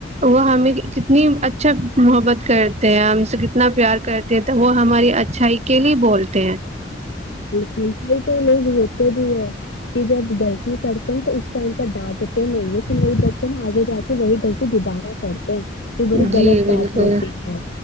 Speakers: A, on the right; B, on the left.
A: وہ ہمیں کتنی اچھا محبت کرتے ہیں ہم سے کتنا پیار کرتے ہیں تو وہ ہماری اچھائی کے لیے بولتے ہیں
B: بالکل ک کئی لوگ ہوتے بھی ہے کہ جب غلطی کرتے ہیں تو ٹائم پر ڈانٹتے نہیں ہیں تو مری بچے آگے جا کے وہی لط دوبارہ کرتے ہیں یہ بڑی
A: جی
B: غلط
A: بالکل
B: بات ہوتی ہے